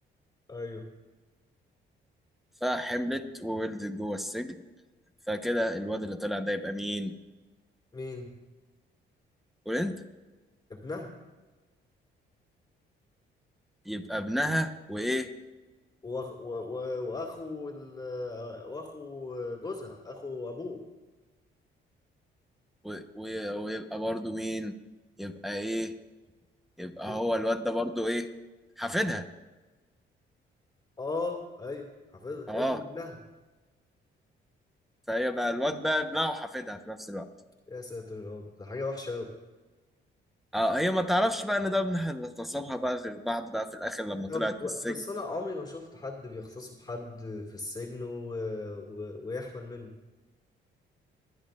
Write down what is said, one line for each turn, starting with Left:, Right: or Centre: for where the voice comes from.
Left: ايوه
Centre: فحملت وولدت جوه السجن فكده الواد اللي طلع ده يبقى مين
Left: مين
Centre: وانت
Left: ابنها
Centre: يبقى ابنها وايه
Left: وأخ... و... و... واخو ال... واخو جوزها اخو ابوه
Centre: و... و... ويبقى برضو مين يبقى ايه يبقى
Left: إيه؟
Centre: هو الواد ده برضو ايه حفيدها
Left: اه ايوه حافظها
Centre: اه
Left: ابن ابنها
Centre: فهي بقى الواد بقى ابنها وحفيدها في نفس الوقت
Left: يا ساتر يا رب ده حاجه وحشه قوي
Centre: اه هي ما تعرفش بقى ان ده ابنها اللي اغتصبها بقى غير بعد بقى في الاخر لما
Left: طب
Centre: طلعت من السجن
Left: بس انا عمري ما شفت حد بيخصصه بحد في السجن و... و... ويحمل منه